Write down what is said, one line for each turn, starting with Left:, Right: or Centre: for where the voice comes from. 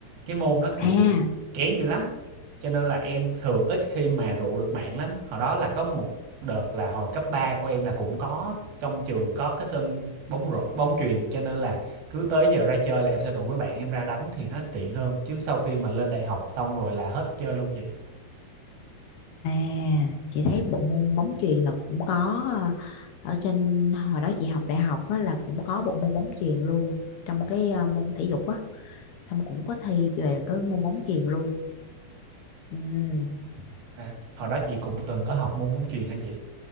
Right: cái môn nó kiểu
Left: à
Right: Kén dữ lắm. Cho nên là em thường ít khi mà rủ được bạn lắm. Hồi đó là có một đợt là hồi cấp 3 của em là cũng có trong trường có cái sân bóng rổ, bóng chuyền cho nên là cứ tới giờ ra chơi là em sẽ rủ mấy bạn em ra đánh thì nó tiện hơn chứ sau khi mà lên đại học xong rồi là hết chơi luôn chị.
Left: À, chị thấy bộ môn bóng chuyền là cũng có ờ, ở trên hồi đó chị học đại học á, là cũng có bộ môn bóng chuyền luôn trong cái ờ, môn thể dục á xong cũng có thi về cái môn bóng chuyền luôn ừ,
Right: À, hồi đó chị cũng từng có học môn bóng chuyền hả chị?